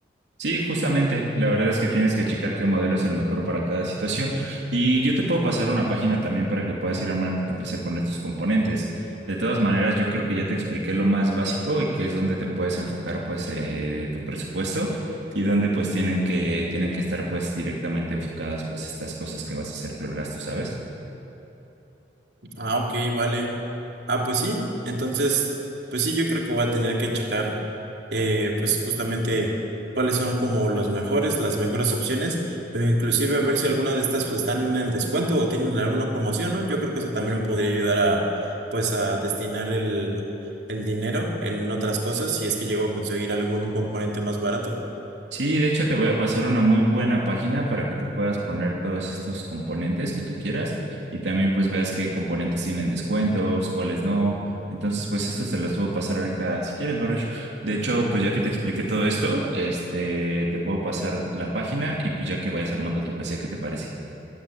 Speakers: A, on the right; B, on the right.
A: Sí, justamente. La verdad es que tienes que checar qué modelo es el mejor para cada situación. Y yo te puedo pasar una página también para que puedas ir armando tu PC con estos componentes. De todas maneras, yo creo que ya te expliqué lo más básico y que es donde te puedes enfocar pues eh, tu presupuesto y donde pues tienen que, tienen que estar pues directamente enfocadas pues estas cosas que vas a hacer tú el gasto, ¿sabes?
B: Ah, ok, vale. Ah, pues sí. Entonces, pues sí, yo creo que voy a tener que checar, eh, pues justamente cuáles son como los mejores, las mejores opciones, pero inclusive a ver si alguna de estas pues, están en descuento o tienen alguna promoción, ¿no? Yo creo que eso también me podría ayudar a, pues, a destinar el, el dinero en otras cosas si es que llego a conseguir algún componente más barato.
A: Sí, de hecho te voy a pasar una muy buena página para que tú puedas poner todos estos componentes que tú quieras y también pues veas qué componentes tienen descuentos, cuáles no. Entonces, pues esto se los puedo pasar ahorita si quieres, Baruch. De hecho, pues ya que te expliqué todo esto, este, te puedo pasar la página y pues ya que vayas armando tu PC, ¿qué te parece?